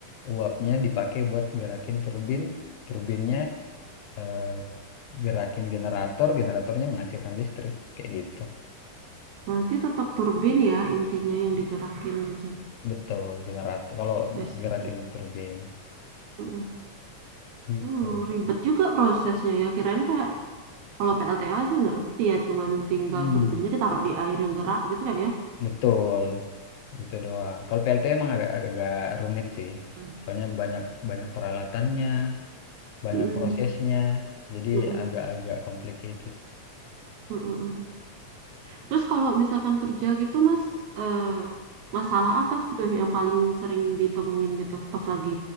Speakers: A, on the left (about 80°); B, on the right (about 80°).
A: Uapnya dipakai buat gerakin turbin, turbinnya eh, gerakin generator, generatornya menghasilkan listrik kayak gitu.
B: Berarti tetap turbin ya intinya yang digerakin gitu
A: Betul, generator. Kalau
B: Pak listrik.
A: gerakin turbin.
B: Mm-mm.
A: Gitu.
B: Hmm, ribet juga prosesnya ya. Kirain kayak kalau PLTA sih ngerti ya, cuman tinggal
A: Hmm,
B: turbinnya ditaruh di air yang gerak gitu kan ya.
A: betul. Gitu doang. Kalau PLT emang agak agak rumit sih.
B: Hmm.
A: Soalnya banyak banyak peralatannya, banyak
B: Mm-mm,
A: prosesnya. Jadi
B: mm-mm,
A: agak-agak complicated.
B: mm-mm, mm-mm. Terus kalau misalkan kerja gitu Mas, eh, masalah apa sih yang paling sering ditemuin gitu pas lagi